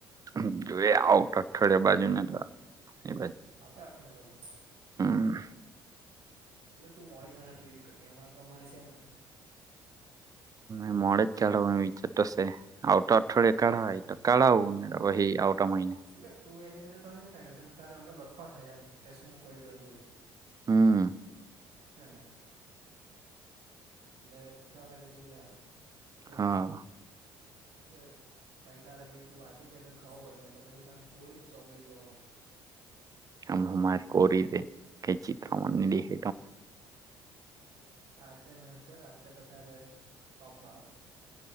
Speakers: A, on the right; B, on the right.
A: <unintelligible> બાજુને તો એ <unintelligible>
B: <inaudible>
A: હા.
B: નહી તો તું <unintelligible> હમણાં તો અમારી છે, ને.
A: એ મોડે જ ખ્યાળવા વિચારતોશે. આવ તો અઠવાડિયાે કાઢા હોય તો કાઢા આવવુંને આવટા મહિને.
B: એટલે ટુ એનેટેને બી ફાયદો કેમ કે તારે અંદર લખવા થાય એમ કે શું ક્યું એમ.
A: હમ.
B: <unintelligible> એટલે ટુંકાળા લેટી બિહારું <unintelligible>
A: હા
B: અ ભાઈ તારે પાઈ તું વાચે <unintelligible> ખવ પડે ને તો પછી તને કોરી જ ચોપડી જોવા મળશે.
A: આમ મારી <unintelligible> ચિત્રમાં દેખ.
B: આ ટાઈમન <unintelligible> ટોપ મારવાનું.